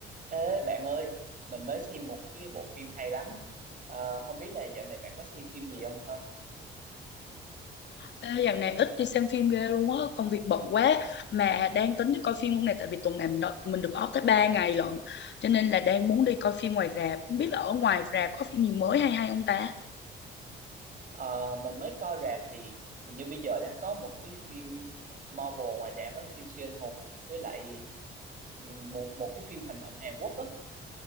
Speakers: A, on the right; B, on the left.
A: Ê bạn ơi, mình mới xem một cái bộ phim hay lắm. Ờ, không biết là dạo này bạn có xem phim gì không ha?
B: Ê, dạo này ít đi xem phim ghê luôn á, công việc bận quá mà đang tính đi coi phim hôm nay tại vì tuần này mình được, mình được off tới 3 ngày lận. Cho nên là đang muốn đi coi phim ngoài rạp, không biết là ở ngoài rạp có phim gì mới hay hay không ta?
A: Ờ, mình mới coi rạp thì hình như bây giờ đang có một cái phim Marvel ngoài rạp á, phim siêu anh hùng với lại ừm, một một cái phim hành động Hàn Quốc á.